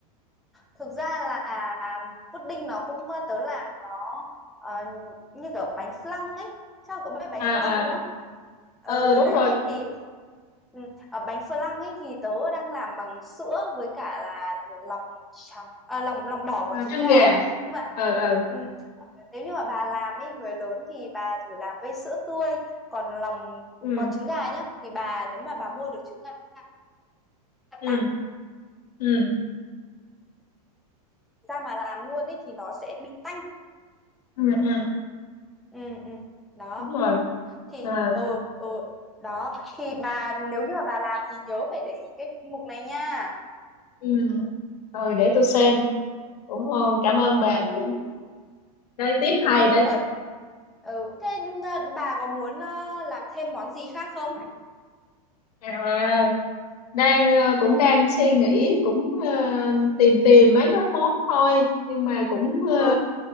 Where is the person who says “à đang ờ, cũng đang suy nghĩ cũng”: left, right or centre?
Left